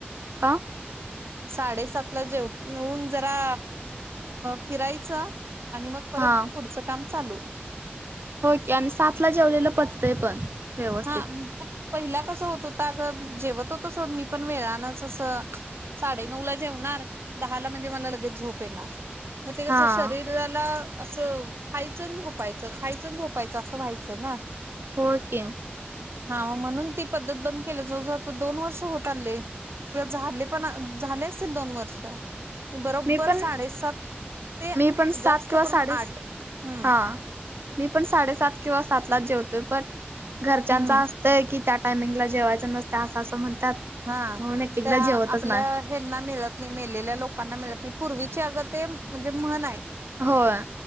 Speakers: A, on the right; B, on the right.
A: का?
B: साडेसातला जेवऊन जरा फिरायचं आणि मगं परत
A: हां
B: पुढचं काम चालू
A: होय की आणि सातला जेवलेलं पचतंय पण व्यवस्थित
B: हा पहिला कसं होत होतं अगं जेवत होतो सोड मी पण वेळानच असं साडे नऊ ला जेवणार दहाला म्हणजे मला लगेच झोप येणार मग ते
A: हां
B: कसं शरीर शरीराला असं खायच आणि झोपायचं खायचं झोपायचं असं व्हायचं ना
A: हो की
B: हा मग म्हणून ती पद्धत बंद केलं जवळजवळ आता दोन वर्ष होत आले. किंवा झाले पण झाले असतील दोन वर्ष बरोबर
A: मी पण
B: साडेसात ते
A: मी पण सात
B: जास्त
A: किंवा
B: करून
A: साडे?
B: आठ हम्म
A: हां मी पण साडेसात किंवा सात लाच जेवतेय पण घरच्यांचं
B: हम्म
A: अस तर की त्या टायमिंगला जेवायचं नसतं असं असं म्हणतात
B: हा
A: म्हणून एक एकदा
B: त्या
A: जेवतच
B: आपल्या
A: नाही
B: ह्यांना मिळत नाही मेलेल्या लोकांना मिळत नाही पूर्वीचे अगं ते म्हणजे म्हण आहे
A: होय